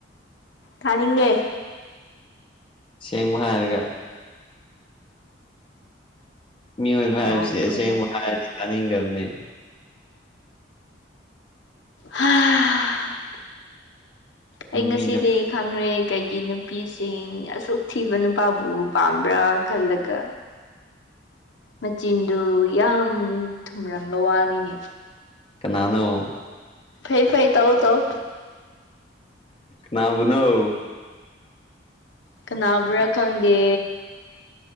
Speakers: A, on the left (about 75°); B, on the left (about 30°).
A: ꯀꯥꯅꯤꯡꯒꯦ
B: ꯁꯦꯡꯕ ꯍꯥꯏꯔꯒ ꯃꯤꯑꯣꯏꯕ ꯍꯥꯏꯕꯁꯤ
A: ꯌꯥꯔꯦꯀꯣ
B: ꯑꯁꯦꯡꯕ
A: ꯅꯪ
B: ꯍꯥꯏꯔꯗꯤ ꯇꯥꯅꯤꯡꯗꯕꯅꯤ
A: ꯍꯥ ꯑꯩ ꯉꯁꯤꯗꯤ
B: ꯃꯤꯅ
A: ꯈꯪꯅꯦ ꯀꯩꯒꯤ ꯅꯨꯄꯤꯁꯤꯡ ꯑꯁꯨꯛ ꯊꯤꯕ ꯅꯨꯄꯥꯕꯨ ꯄꯥꯝꯕ꯭ꯔꯥ ꯈꯜꯂꯒ
B: <inaudible>
A: ꯃꯆꯤꯟꯗꯨ ꯌꯥꯝ ꯊꯨꯝꯔꯝꯕ ꯋꯥꯅꯤꯅꯦ
B: ꯅꯅꯨ
A: ꯐꯩ ꯐꯩ ꯇꯧ ꯇꯧ
B: ꯅꯅꯥꯕꯨꯅꯧ
A: ꯀꯅꯥꯕ꯭ꯔꯥ ꯈꯪꯗꯦ